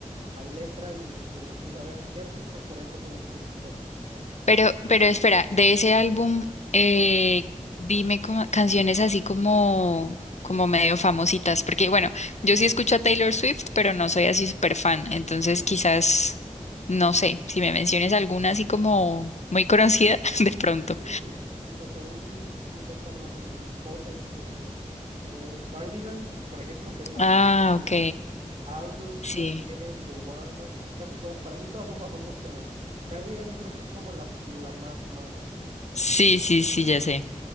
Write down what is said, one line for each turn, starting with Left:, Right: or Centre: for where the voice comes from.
Right: hay letra y es Taylor Swift. A ver, ¿qué artistas, por ejemplo, sueles tú escuchar más?
Left: Pero, pero espera, de ese álbum, eh, dime como- canciones así como, como medio famositas, porque bueno, yo sí escucho a Taylor Swift, pero no soy así súper fan, entonces quizás, no sé, si me menciones alguna así como muy conocida, <laughs> de pronto.
Right: Sí, o sea, seguro sí, sí topas más o menos. Fo- este, eh, Cardigan, por por ejemplo, que es de las
Left: Ah,
Right: más famosas.
Left: ok,
Right: August
Left: sí.
Right: también, The One, bueno, casi todas, para mí todas son <laughs> famosas, pero Cardigan yo creo que es como la, la más, más.
Left: Sí, sí, sí, ya sé.